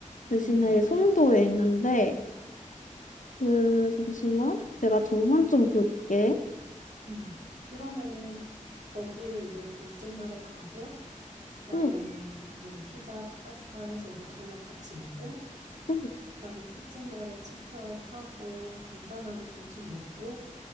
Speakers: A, on the left (about 70°); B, on the right (about 65°).
A: 대신에
B: 음,
A: 송도에 있는데 그 잠시만 내가 동선 좀 볼게.
B: 음. 그러면은 거기를 이제 둘째 날에 가고, 그다음에
A: 응,
B: 뭐 피자, 파스타 해서 이제 저녁 같이 먹고
A: 응.
B: 그다음에 셋째 날에 체크아웃하고 간단하게 점심 먹고